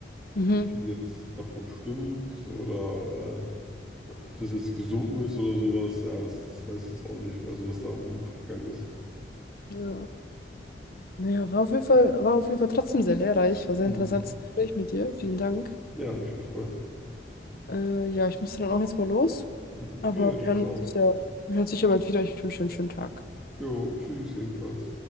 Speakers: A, on the left; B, in the centre.
A: Mhm.
B: wie viel jetzt davon stimmt oder äh, ob das jetzt gesunken ist oder sowas, ja, das, das weiß ich jetzt auch nicht, also was da abgegangen ist.
A: Ja. Naja, war auf jeden Fall, war auf jeden Fall trotzdem sehr lehrreich. War sehr
B: Mhm.
A: interessantes Gespräch mit dir. Vielen Dank.
B: Ja, hat mich gefreut.
A: Äh, ja, ich müsste dann auch jetzt mal los.
B: Mhm.
A: Aber
B: Okay, ja,
A: wir hören
B: ciao.
A: uns sicher, wir hören uns sicher bald wieder. Ich wünsche dir einen schönen Tag.
B: Jo, tschüss ebenfalls.